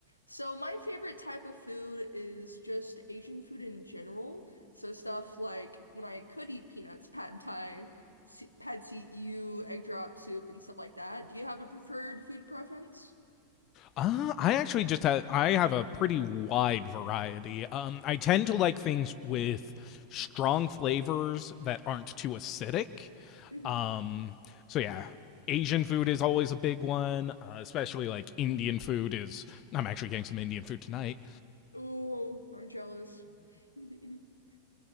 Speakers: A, on the left (about 85°); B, on the left (about 35°).
A: So my favorite type of food is just Asian food in general. So stuff like when I could eat peanuts, <laughs> pad thai, se- pad see ew, egg drop soup, and stuff like that. Do you have a preferred food preference?
B: Uh, I actually just have I have a pretty wide variety. Um, I tend to like things with strong flavors that aren't too acidic.
A: hmm
B: Um, so yeah, Asian food is always a big one, uh, especially like Indian food is. I'm actually getting some Indian food tonight.
A: Ooh, I'm jealous. <laughs>